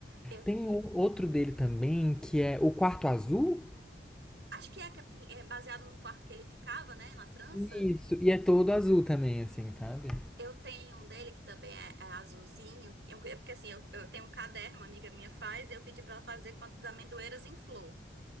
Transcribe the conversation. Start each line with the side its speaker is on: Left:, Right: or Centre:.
Right: Eu
Centre: Tem um outro dele também, que é o quarto azul,
Right: acho que é, que é assim, é baseado num quarto que ele ficava, né, na França.
Centre: Isso, e é todo azul também, assim, sabe?
Right: Eu tenho um dele que também é, é azulzinho, que eu- é porque assim, eu, eu tenho um caderno, uma amiga minha faz, e eu pedi pra ela fazer com as amendoeiras em flor.